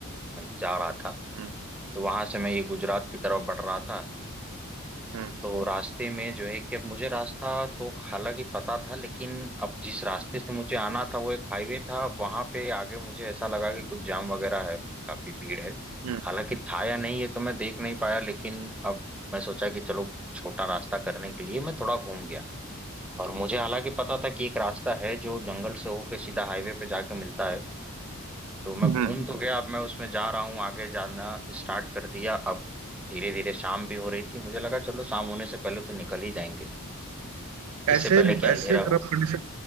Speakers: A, in the centre; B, on the right.
A: मैं जा रहा था
B: हम्म
A: तो वहां से मैं ये गुजरात की तरफ बढ़ रहा था
B: हम्म
A: तो रास्ते में जो है कि अब मुझे रास्ता तो हालांकि पता था लेकिन अब जिस रास्ते से मुझे आना था वो एक हाईवे था वहां पे आगे मुझे ऐसा लगा कि कुछ जाम वगैरह है काफी भीड़ है
B: हम्म
A: हालांकि था या नहीं ये तो मैं देख नहीं पाया लेकिन अब मैं सोचा कि चलो छोटा रास्ता करने के लिए मैं थोड़ा घूम गया और मुझे हालांकि पता था कि एक रास्ता है जो जंगल से होके सीधा हाईवे पे जाके मिलता है तो मैं
B: हम्म,
A: घूम
B: हम्म।
A: तो गया अब मैं उसमें जा रहा हूँ आगे जाना स्टार्ट कर दिया अब धीरे धीरे शाम भी हो रही थी मुझे लगा चलो शाम होने से पहले तो निकल ही जाएंगे
B: ऐसे
A: इससे पहले कि अंधेरा
B: ऐसे अगर
A: हो
B: आप कंडीशन